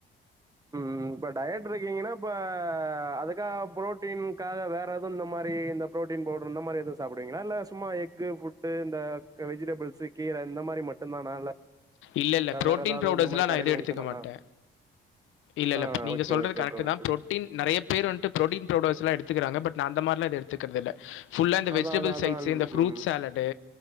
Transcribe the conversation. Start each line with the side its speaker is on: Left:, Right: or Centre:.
Right: ம் இப்ப டயட் இருக்கீங்கன்னா இப்ப அதுக்காக ப்ரோட்டீன்காக வேற எதுவு இந்த மாறி இந்த ப்ரோட்டீன் பவுடர் இந்த மாறி எது சாப் ங்களா இல்ல சும்மா எக்கு ஃபுட்டு இந்த க வெஜிடபிள்ஸ் கீர இந்த மாறி மட்டுந்தானா
Left: இல்ல இல்ல ப்ரோட்டீன்
Right: வேற ஏதாவது
Left: பவுடர்ஸ்லா
Right: இந்த மாரி
Left: நா
Right: கடையில
Left: எது
Right: வாங்கி
Left: எடுத்துக்க
Right: சாப்டலாமா
Left: மாட்டே இல்ல இல்ல
Right: ஆ
Left: நீங்க
Right: ஓகே
Left: சொல்றது
Right: ஓகே
Left: கரெக்ட்
Right: ப்ரோ ஓகே
Left: தா ப்ரோட்டீன் நெறய பேர் வன்ட்டு ப்ரோட்டீன் பவுடர்ஸ்லா எடுத் துக்கறாங்க பட் நா அந்த மாறிலா எது எடுத்துக்கறதில்ல ஃபுல்லா இந்த
Right: அதா
Left: வெஜிடபிள்
Right: அதா அதா
Left: சைட்ஸ்ஸு இந்த ஃப்ரூட்
Right: ம்
Left: சாலட்டு